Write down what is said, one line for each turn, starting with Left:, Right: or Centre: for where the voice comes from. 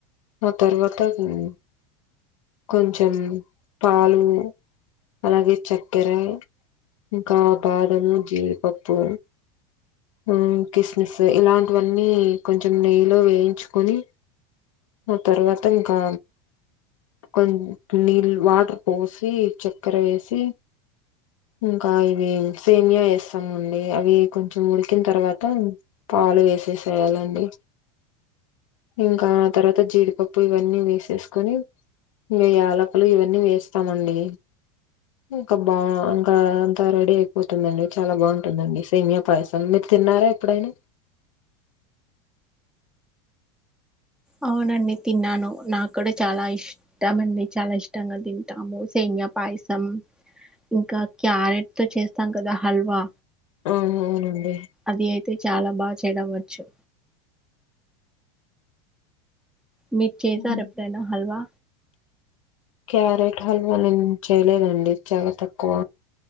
Left: ఆ తర్వాత హ్మ్ కొంచెం పాలు అలాగే చక్కెర ఇంకా బాదము, జీడిపప్పు ఆ కిస్మిస్ ఇలాంటివన్నీ కొంచెం నెయ్యిలో వేయించుకొని ఆ తర్వాత ఇంకా కోన్ నీళ్ వాటర్ పోసి చక్కెర వేసి ఇంకా ఇవి సెమియా వేస్తామండి అవి కొంచెం ఉడికిన తర్వాత పాలు వేసేసేయాలండి ఇంకా ఆ తర్వాత జీడిపప్పు ఇవన్నీ వేసేసుకొని ఇంకా యాలకులు ఇవన్నీ వేస్తామండి ఇంకా బాన్ అంతా రెడీ అయిపోతుందండి చాలా బాగుంటుందండి సేమయా పాయసం మీరు తిన్నారా ఎప్పుడైనా?
Centre: అవునండి తిన్నాను నాగ్గుడా చాలా ఇష్ ష్టమండి చాలా ఇష్టంగా తింటాము సేమ్యా పాయసం ఇంకా క్యారెట్ తో చేస్తాం కదా హల్వా
Left: ఆ అవునండి
Centre: అది అయితే చాలా బాగా చేయడం వచ్చు మీరు చేశార
Left: ఉమ్.
Centre: ఎప్పుడైనా హల్వా
Left: క్యారెట్ హల్వా నేను చేయలేదండి చాలా తక్కువ